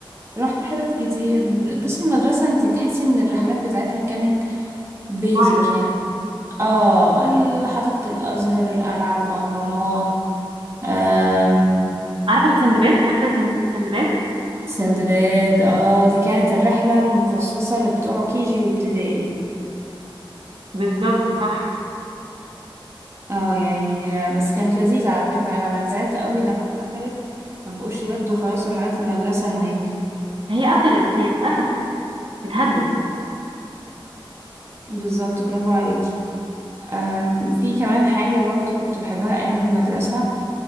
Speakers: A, on the right; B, on the right.
A: رحت حتت كتير بصي المدرسة انتي تحسي ان الرحلات بتاعتها كانت بيزك
B: واحده
A: يعني اه ال- حديقة الأزهر القلعة الأهرامات آم،
B: عارفه السندباد فاكره الزن- السندباد
A: سندباد اه دي كانت الرحلة المخصصة لبتوع كيجي وابتدائي
B: بالظبط صح
A: اه يعني آه، بس كانت لذيذة على فكرة أنا زعلت قوي لما اتقفلت ما بقوش يودوا خلاص رحلات المدرسة هناك
B: هي قفلت هي اتقفلت اتهدت
A: بالظبط برافو عليكي آم، في كمان حاجة برضو كنت بحبها أيام المدرسة